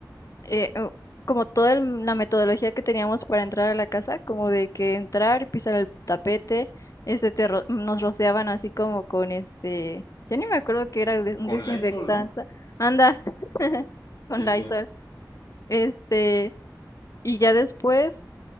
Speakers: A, on the left (about 50°); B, on the left (about 75°).
A: eh, u- como toda el- la metodología que teníamos para entrar a la casa, como de que entrar, y pisar el tapete, este te ro- nos rociaban así como con este, ya ni me acuerdo que era de-
B: O
A: un
B: con
A: desinfectante,
B: Lysol, ¿no?
A: anda, <laughs>
B: Sí,
A: con Lysol,
B: sí,
A: este, y ya después